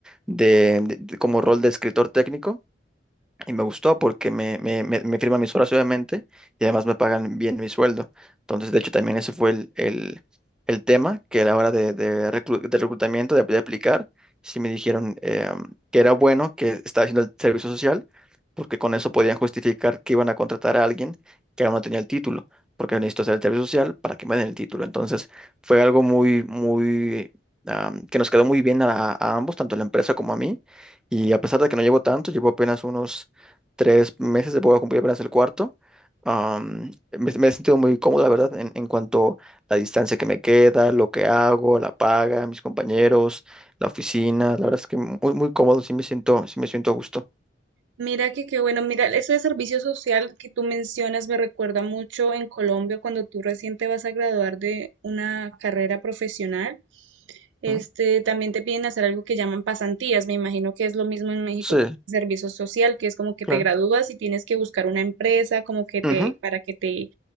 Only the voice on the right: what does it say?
Mira que qué bueno, mira, eso de servicio social que tú mencionas me recuerda mucho en Colombia cuando tú recién te vas a graduar de una carrera profesional. Este,
también te piden hacer algo que llaman pasantías. Me imagino que es lo mismo en México
con servicio social, que es como que
te gradúas y tienes que buscar una empresa como que te,
para que te